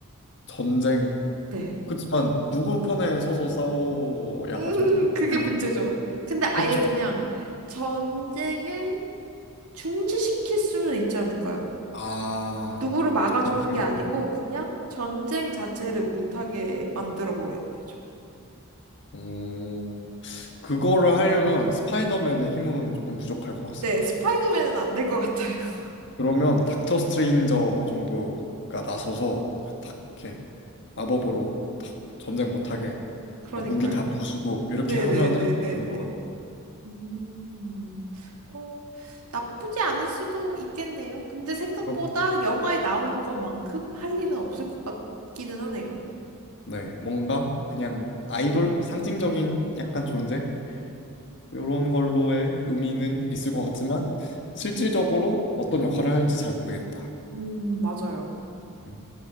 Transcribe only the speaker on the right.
네.
음,
그게
문제죠. 근데 아예
그냥 전쟁을 중지시킬 수는 있지 않을까요?
누구를 막아주는
게 아니고 그냥 전쟁 자체를 못하게 만들어 버리는 거죠.
네, 스파이더맨은 안 될 것 같아요. <laughs>
그러니까요.
네네네네네.
음, 뭐, 나쁘지 않을 수도 있겠네요. 근데 생각보다
영화에 나오는 것만큼 할 일은 없을 것 같기는 하네요.
음, 맞아요.